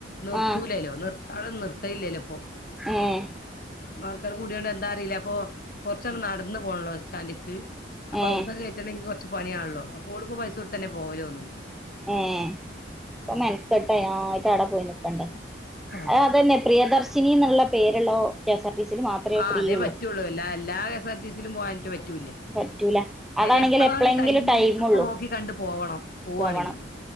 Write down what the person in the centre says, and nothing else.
ആഹ്
ഏഹ്
ഏഹ്
ഏ ഇപ്പൊ
മെനക്കെട്ട് ആയിട്ട് അവിടെ പോയി നിക്കണ്ടേ
ആഹ് അതന്നെ പ്രിയദർശിനി എന്നുള്ള പേരുള്ള കെ എസ് ടി സിൽ മാത്രമേ
ഫ്രീ
ഉള്ളൂ
പറ്റൂല അതാണെങ്കിൽ
എപ്പളെങ്കിലും
ടൈം
ഉള്ളൂ
പോവണം